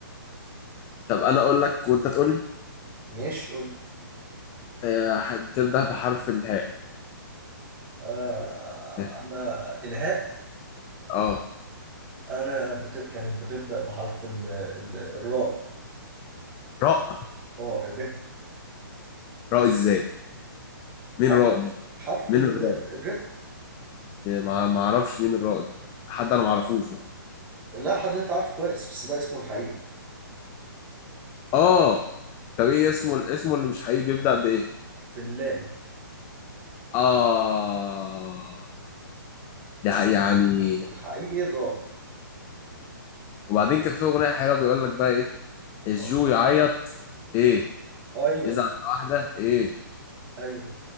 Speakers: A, on the left; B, on the right.
A: طب انا اقول لك وانت تقول لي
B: ماشي قول لي.
A: آه، بتبدأ بحرف الهاء
B: آه
A: اه
B: انا الهاء
A: آه،
B: انا بت... كانت بتبدا بحرف ال... ال... الراء
A: راء
B: اه الره
A: راء ازاي مين
B: ايوه
A: راء
B: حرف
A: مين
B: ال...
A: الرائد
B: الره
A: ما ما اعرفش مين الرائد حد انا ما اعرفوش بقى
B: لا حد انت عارفه كويس بس ده اسمه الحقيقي
A: اه طب ايه اسمه اسمه اللي مش حقيقي بيبدأ بايه
B: باللام
A: اه ده
B: بس
A: حق- يعني
B: الحقيقي الراء
A: وبعدين كان في اغنيه حلوه بيقول لك بقى ايه الجو
B: اه
A: يعيط ايه
B: ايوه
A: يزعل على واحده ايه
B: ايوه